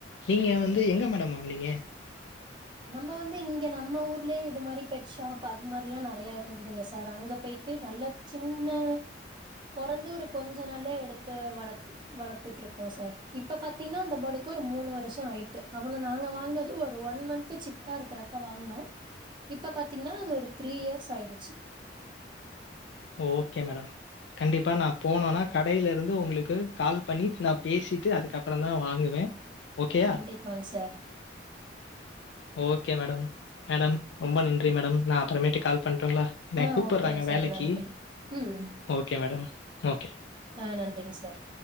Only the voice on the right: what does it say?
நம்ம வந்து இங்க நம்ம ஊர்லயே இது மாதிரி பெட் ஷாப் அது மாதிரி எல்லாம் நிறைய இருந்ததுங்க சார் அங்க போயிட்டு நல்ல சின்ன பொறந்து ஒரு கொஞ்சம் நல்ல எடுத்து வள வளர்த்துட்டு இருக்கோம் சார் இப்ப பாத்தீங்கன்னா அந்த பேட்க்கு ஒரு மூணு வருஷம் ஆயிட்டு அவனை நாங்க வாங்கனது ஒரு ஒன் மந்த் சிக்கா இருக்கிறப்ப வாங்கனோம் இப்ப பாத்தீங்கன்னா அது ஒரு த்ரீ இயர்ஸ் ஆயிடுச்சு
கண்டிப்பாங்க சார்
ஆ
ஓகேங்க
சார் நன்றி ம்
ஆஹ நன்றிங்க சார்